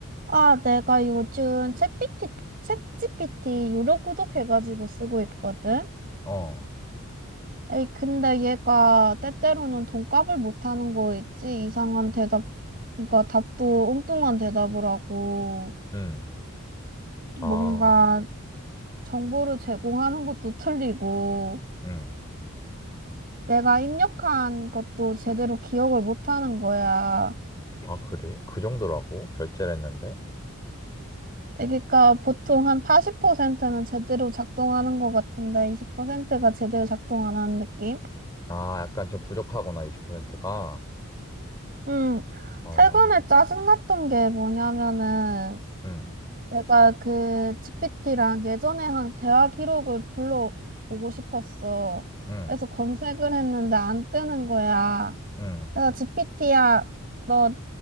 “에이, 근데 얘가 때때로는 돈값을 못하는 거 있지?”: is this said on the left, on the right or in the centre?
Right